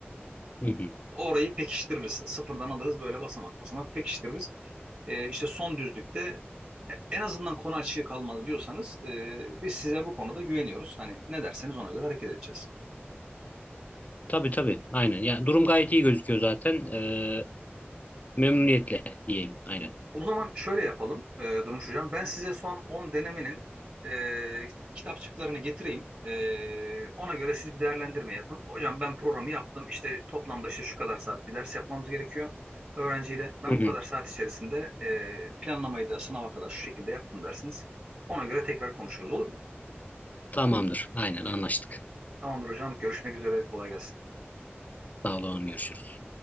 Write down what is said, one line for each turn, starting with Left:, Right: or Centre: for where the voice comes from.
Left: Hı hı.
Right: Orayı pekiştiririz. Sıfırdan alırız böyle basamak basamak pekiştiririz. E, işte son düzlükte e, en azından konu açığı kalmadı diyorsanız e, biz size bu konuda güveniyoruz. Hani ne derseniz ona göre hareket edeceğiz.
Left: Tabii tabii aynen. Ya durum gayet iyi gözüküyor zaten. Ee, memnuniyetle diyeyim aynen.
Right: O zaman şöyle yapalım e, Durmuş Hocam. Ben size son 10 denemenin e, kitapçıklarını getireyim. E, ona göre siz bir değerlendirme yapın. Hocam ben programı yaptım. İşte toplamda işte şu kadar saat bir ders yapmamız gerekiyor öğrenciyle. Ben
Left: Hı hı.
Right: bu kadar saat içerisinde e, planlamayı da sınava kadar şu şekilde yaptım dersiniz. Ona göre tekrar konuşuruz olur mu?
Left: Tamamdır aynen anlaştık.
Right: Tamamdır hocam. Görüşmek üzere. Kolay gelsin.
Left: Sağ olun görüşürüz.